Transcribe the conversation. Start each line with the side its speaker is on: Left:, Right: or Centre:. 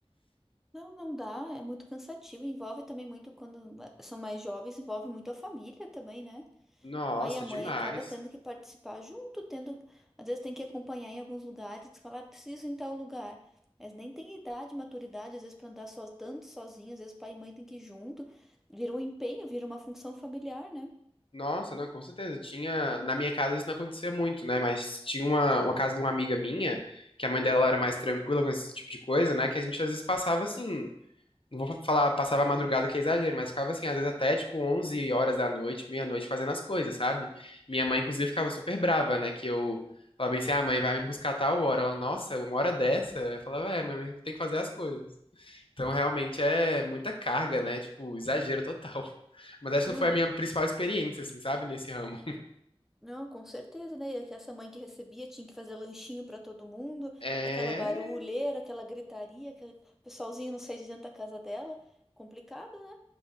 Centre: Não, não dá, é muito cansativo. Envolve também muito, quando ma- são mais jovens, envolve muito a família também, né?
Left: Nossa,
Centre: pai e a
Left: demais.
Centre: mãe acaba tendo que participar junto, tendo, às vezes tem que acompanhar em alguns lugares, que falar, ah, preciso ir em tal lugar. Mas nem tem idade, maturidade, às vezes para andar só, tanto sozinho, às vezes pai e mãe tem que ir junto. Vira um empenho, vira uma função familiar, né?
Left: Nossa, não, com certeza. Tinha, na minha casa isso não acontecia muito, né? Mas tinha uma, uma casa de uma amiga minha, que a mãe dela era mais tranquila com esse tipo de coisa, né? Que a gente às vezes passava assim, não vou falar passava a madrugada que é exagero, mas ficava assim, às vezes até tipo 11 horas da noite, meia-noite fazendo as coisas, sabe? Minha mãe inclusive ficava super brava, né? Que eu falava bem assim: "Ah, mãe, vai me buscar a tal hora". Ela, nossa, uma hora dessa? Eu falava: "É, mãe, mas eu tenho que fazer as coisas". Então, realmente é muita carga, né? Tipo, exagero total. <laughs> Mas essa
Centre: Não,
Left: foi a minha principal experiência, assim, sabe? Nesse ramo. <laughs>
Centre: não, com certeza, né? E é que essa mãe que recebia tinha que fazer lanchinho para todo mundo,
Left: É,
Centre: aquela barulheira, aquela gritaria, que o pessoalzinho não sai de dentro da casa dela. Complicado, né?